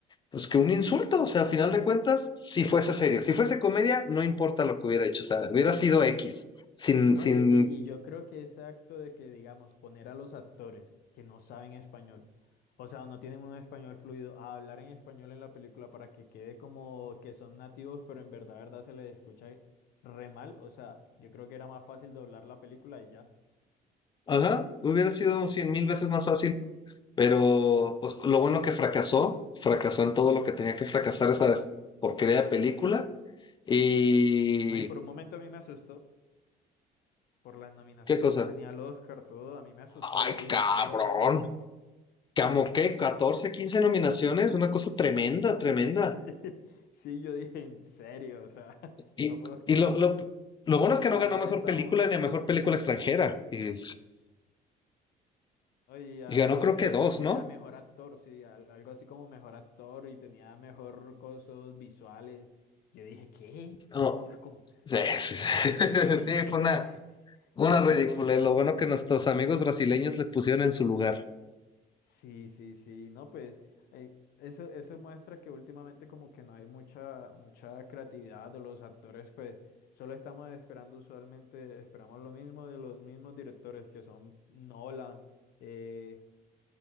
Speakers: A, on the left (about 25°); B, on the left (about 70°).
A: pues que un insulto? O sea, a final de cuentas, si fuese serio, si fuese comedia, no importa lo que hubiera hecho, o sea, hubiera sido X sin,
B: No,
A: sin
B: y, y- y yo creo que ese acto de que, digamos, poner a los actores que no saben español, o sea, no tienen un español fluido, a hablar en español en la película para que quede como que son nativos, pero en verdad, verdad se les escucha re mal, o sea, yo creo que era más fácil doblar la película y ya.
A: Ajá, hubiera sido cien mil veces más fácil, pero pues lo bueno que fracasó, fracasó en todo lo que tenía que fracasar esa porquería de película. Y
B: No, y por un momento a mí me asustó por las nominaciones
A: qué cosa,
B: que tenía el Oscar, todo, a mí me asustó, yo
A: ay
B: dije,
A: cabrón,
B: ¿en serio va a ganar esto?
A: como que 14, 15 nominaciones, una cosa tremenda,
B: <laughs>
A: tremenda.
B: Sí, sí, yo dije, ¿en serio? O sea, <laughs>
A: Y,
B: no puedo
A: y
B: creer,
A: lo, lo, lo bueno es que no
B: tan
A: ganó
B: mal
A: mejor
B: estamos.
A: película ni a mejor película extranjera, y,
B: ¿no? Y, a-
A: y ganó
B: y-
A: creo que
B: y
A: dos,
B: creo que
A: ¿no?
B: a mejor actor, sí, al- algo así como mejor actor y tenía mejor cosas visuales. Yo dije, ¿qué?
A: No,
B: O sea, como...
A: sí, sí, sí, <laughs>
B: <laughs>
A: Sí, fue una, una
B: Fue...
A: ridícula.
B: un-
A: Lo bueno que nuestros amigos brasileños le pusieron en su lugar.
B: Sí, sí, sí, no, pues eh, eso, eso muestra que últimamente como que no hay mucha, mucha creatividad de los actores, pues solo estamos esperando usualmente, esperamos lo mismo de los mismos directores que son Nolan. eh,